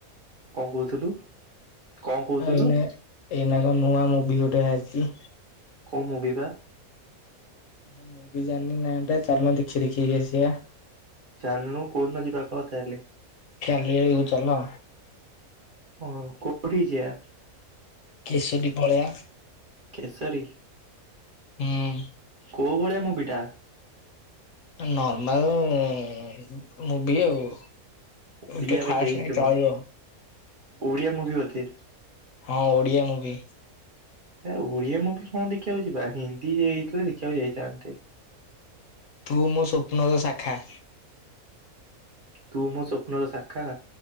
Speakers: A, on the right; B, on the left.
A: କଣ କହୁଥିଲୁ କଣ କହୁଥିଲୁ?
B: ଏଇନା ଏଇନା କଣ ନୂଆ ମୁଭି ଗୋଟେ ବାହାରିଛି।
A: କଉ ମୁଭି ବା?
B: ମୁଁ ମୁଁ ବି ଜାଣିନି ନାଟା ଚାଲୁନ ଦେଖି ଦେଖିକି ଆସିବା।
A: ଚାଲୁନୁ କଉଦିନ ଯିବା କହ ତାହେଲେ?
B: କାଲି ଆଡ଼କୁ ଚାଲ।
A: ହଉ କୋଉଠିକି ଯିବା?
B: କେଶରୀ ପଳେଇବା।
A: କେଶରୀ
B: ହୁଁ
A: କୋଉ ଭଳିଆ ମୁଭି ଟା?
B: ନର୍ମାଲ ଉମ୍ ମୁଁଭି ଆଉ।
A: ଓଡିଆ
B: ଏତେ ଖାସ
A: ବୋଧେ ହେଇଥିବ
B: ନାଇଁ ଚଳିବ।
A: ଓଡିଆ ମୁଭି ବୋଧେ
B: ହଁ ଓଡିଆ ମୁଭି।
A: ଏ ଓଡିଆ ମୁଭି କଣ ଦେଖିବାକୁ ଯିବା ହିନ୍ଦୀ ହେଇଥିଲେ ଦେଖିବାକୁ ଯାଇଥାନ୍ତେ।
B: ତୁ ମୋ ସ୍ୱପ୍ନର ଶାଖା।
A: ତୁ ମୋ ସ୍ୱପ୍ନର ଶାଖା।